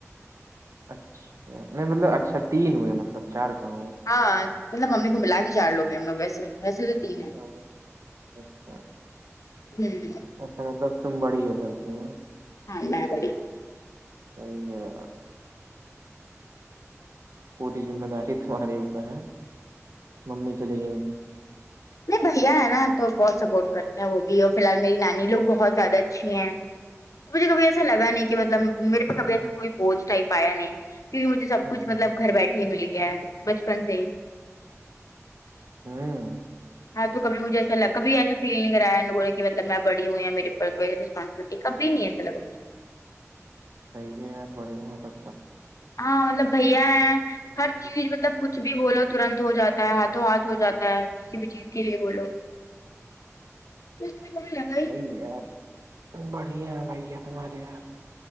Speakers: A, on the right; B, on the left.
A: اچھا نہیں مطلب اچھا تین ہوئے مطلب چار کہاں ہوئے
B: ہاں مطلب ممی کو ملا کے چار لوگے ہے ہم لوگ ویسے ویسے تو تین ہے
A: ہاں، اچھا
B: ہوں
A: اچھا مطلب تم بڑی ہو گھر کی ہاں
B: ہاں میں بڑی
A: صحیح ہے یار پوری ذمہ داری تمہارے ہی اوپر ہاں ممی چلی گئیں تو
B: ارے بھیا ہے نا تو بہت سپورٹ کرتا ہے وہ بھی اور فی الحال میری نانی لوگ بہت زیادہ اچھی ہیں مجھے کبھی ایسا لگا نہیں کہ مطلب میرے پے کبھی ایسا کوئی بوجھ ٹائپ آیا نہیں کیونکہ مجھے سب
A: ہوں
B: کچھ مطلب گھر بیٹھے ہی مل گیا ہے بچپن سے ہی
A: ہوں
B: ہاں تو کبھی مجھے ایسا لگ کبھی ایسا فیل نہیں کرایا ان لوگوں نے کہ مطلب میں بڑی یوں یا میرے پر کو رسپانسبلٹی کے کبھی نہیں ایسا لگا مجھے
A: صحیح ہے بڑھیا ہے سب
B: ہاں مطلب بھیا ہے ہر چیز مطلب کچھ بھی بولو ترنت ہو جاتا ہے ہاتھوں ہاتھ ہو جاتا ہے کسی بھی چیز کے لیے بولو اس لیے میں بھی <unintelligible>
A: صحیح یار بڑھیا بھیا تمہارے یار